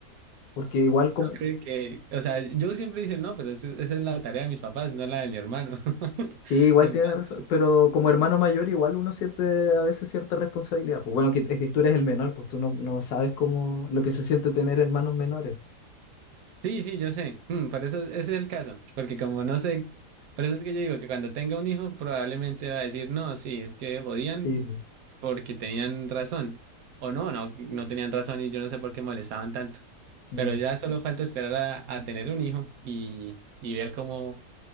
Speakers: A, on the left; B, on the right.
A: porque igual como,
B: Sí, que, o sea, yo siempre dije, no, pero eso- esa es la tarea de mis papás, no la de mi hermano. <laughs>
A: sí, igual
B: Entonces,
A: tiene razón, pero como hermano mayor igual uno siente a veces cierta responsabilidad. Pues bueno, que, es que tú eres el menor, pues tú no, no sabes cómo, lo que se siente tener hermanos menores
B: sí, sí, yo sé, Mm, por eso ese es el caso, porque como no sé, por eso es que yo digo que cuando tenga un hijo probablemente va a decir, no, sí, es que jodían
A: y
B: porque tenían razón, o no, no, no tenían razón y yo no sé por qué molestaban tanto,
A: mm,
B: pero ya solo falta esperar a, a tener un hijo y, y ver cómo,